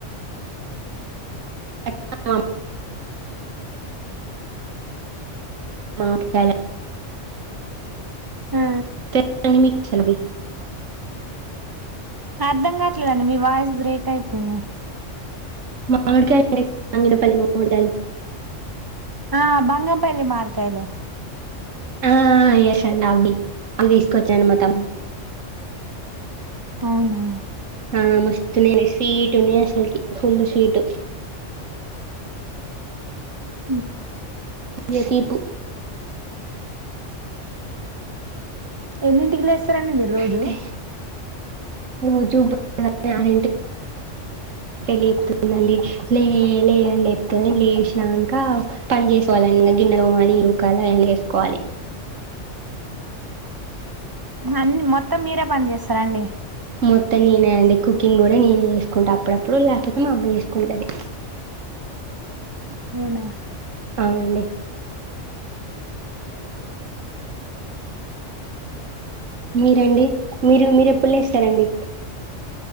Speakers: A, on the right; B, on the right.
A: ఖచ్చితంగా మామిడికాయలు
B: ఆ
A: అయితే అండి మీకు అసలు అవి
B: అర్ధం కావట్లేదండి మీ వాయిస్ బ్రేక్ అయిట్లండి
A: మాంగయ అ ప మాయ
B: ఆ బంగంపల్లి మతాయలు
A: ఆ యష్ అండి అవవి అవి తీసుకొచ్చాం మా తము
B: అవునా
A: ఆ మస్తు నేనే సీట్ ఉన్నాయి అసల కి ఫుల్ స్వీట్
B: హమ్
A: ఎ తీపు
B: ఎందుంటల్ సారండి మీరు రోజు
A: అంతే. రోజు అరమ్ లేపుతుందిండి లే లేండి లేపుతు లేపిసినాక పని చేసుకోవాలండి ఇంకా గిన్నెలో అమ్మాలి ఇరుకాలి అని వేసుకోవాలి
B: అన్న మొత్తం మీరే పని చేస్తారు సరండి
A: మొత్తం నేనే అండి కుకింగ్ కూడా నేనే చేసుకుంటా అప్పుడప్పుడు లేకపోతే మా అమ్మయి చేసుకుంటది
B: మవున్న
A: అవునే మీరండి మీరు మీరుెప్పుడులో ఇస్తారంండి